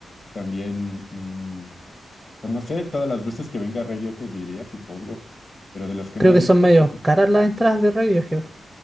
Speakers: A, on the left; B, in the centre.
A: También, mm, pues no sé, todas las veces que venga Radiohead diría, supongo. Pero de los que
B: Creo
A: no he
B: que
A: visto,
B: son medio
A: pues sí
B: caras las entradas de Radiohead.